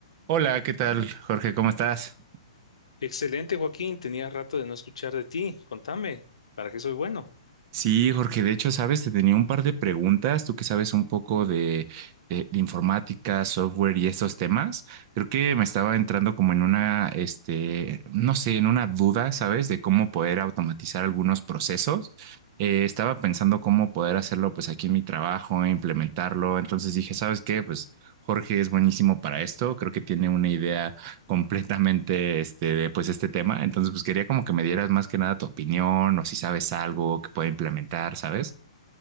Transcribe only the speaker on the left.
Excelente, Joaquín. Tenía rato de no escuchar de ti. Contame, ¿para qué soy bueno?